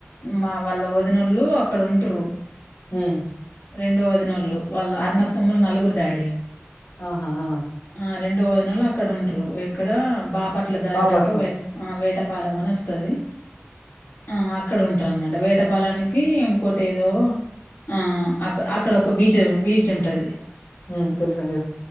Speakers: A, on the left; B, on the left.
A: మా వాళ్ళ ఓదినళ్ళు అక్కడ ఉంటరు.
B: హ్మ్
A: రెండో వదినోళ్లు, వాళ్ళ అరునత్తమ్మోళ్ నలుగురు డాడీ.
B: ఆహా, ఆ
A: ఆ రెండో వదినోళ్ళు అక్కడ ఉంటురు, ఎక్కడా బాపట్ ట్ల దాటినంకా,
B: బాపట్ల
A: వేట్ ఆ వేటపాలమ్ అనోస్తది. ఆ అక్ క్కడ ఉంటరు అనమాట. వేటపాలానికి ఇంకోటెదో, ఆ ఆ అక్క అక్కడ ఒక బీచు బీచ్ ఉంటది.
B: మ్ తెల్సుగని చెప్